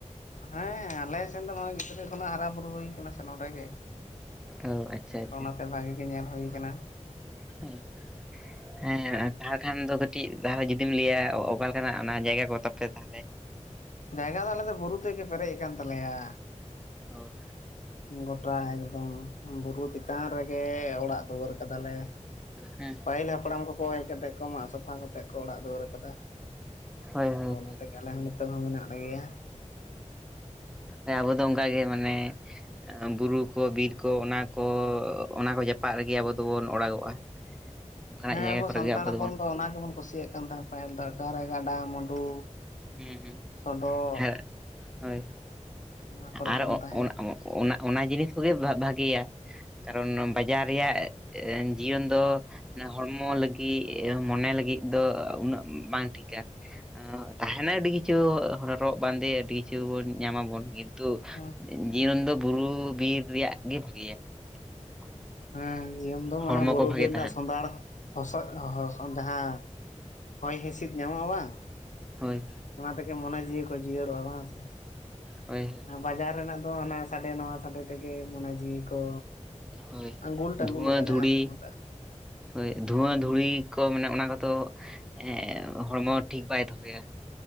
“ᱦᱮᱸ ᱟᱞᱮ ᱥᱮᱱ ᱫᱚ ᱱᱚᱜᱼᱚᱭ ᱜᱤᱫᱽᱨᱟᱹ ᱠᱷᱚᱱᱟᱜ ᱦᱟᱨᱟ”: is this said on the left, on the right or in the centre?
Left